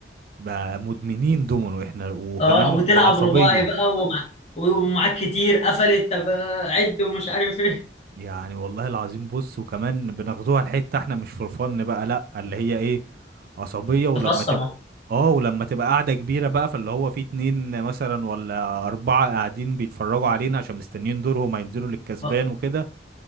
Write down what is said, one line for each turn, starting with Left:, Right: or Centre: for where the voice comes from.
Right: بقى مدمنين دومينو احنا وكمان
Left: اه وتلعب
Right: بعصبية
Left: رباعي بقى ومع ومعاك كتير قفلت طب آه، عد ومش عارف ايه
Right: يعني والله العظيم بص وكمان بناخدوها الحتة احنا مش فور فن بقى لا اللي هي ايه عصبية ولما
Left: تخصم
Right: تبقى اه ولما تبقى قاعدة كبيرة بقى فاللي هو في اتنين مثلا ولا أربعة قاعدين بيتفرجوا علينا عشان مستنيين دورهم هينزلوا للكسبان
Left: اه
Right: وكده